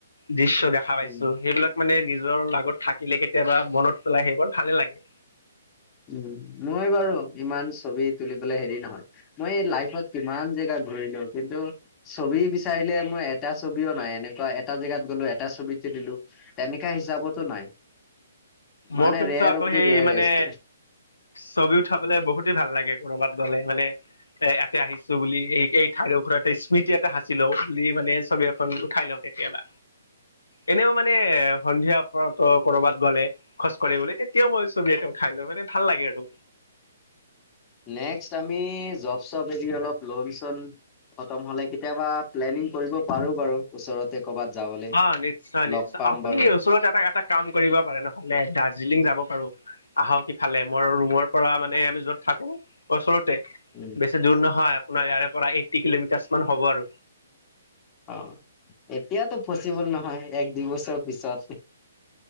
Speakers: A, on the left; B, on the left.
A: দৃশ্য দেখা পাইছো,
B: উম,
A: সেইবিলাক মানে নিজৰ লগত থাক কিলে কেতিয়াবা মনত পেলাই সেইবোৰ ভালে লাগে।
B: উম মই বাৰু ইমান ছবি তুলিবলৈ হেৰি নহয় মই এই লাইফত কিমান জেগা ঘুৰিলো, কিন্তু ছবি বিচাৰিলে মই এটা ছবিও নাই এনেকুৱা এটা জেগাত গ'লো এটা ছবিত দিলো তেনেকা হিচাপতো নাই
A: মোৰ
B: মানে
A: কিন্তু
B: ৰেয়াৰ
A: আকৌ
B: অফ
A: সেই
B: দা ৰেয়াষ্ট
A: মানে ছবি উঠাবলে বহুতে ভাল লাগে কৰবাত গলে মানে এ এয়াতে আহিছো বুলি এই এই ঠাইৰ ওৰততে স্মৃতি এটা সাঁচি লও বুলি মানে ছবি এখন উঠাই লওঁ কেতিয়াবা এনেও মানে সন্ধিয়া। ক'ৰবাত গ'লে খোজ কাঢ়িব লে তেতিয়াও মই ছবি এতে উঠাই লৈ মানে ভাল লাগে আৰু।
B: নেক্সট আমি জব চব এৰি অলপ লোন চোন। খতম হলে কেতিয়াবা প্লেনিং কৰিব পাৰো বাৰু ওচৰতে। কৰ'বাত যাবলে।
A: অ নিশ্চয়
B: লগ
A: নিশ্চয়
B: পাম
A: আপুনি
B: বাৰু
A: ওচৰত এটা এটা কাম কৰিব পাৰে নহলে দাৰ্জিলিং যাব। বাৰ আহক ইফালে মই ৰুমৰ পৰা মানে আমি যত থাকো। ওচৰতে,
B: উম,
A: বেছি দূৰ নহয় আপোনাৰ ইয়াৰে পৰা এইটি কিলোমিটাৰ্চ মান হ'ব আৰু।
B: অ এতিয়াতো পচিবল নহয় এক দুই বছৰ পিছত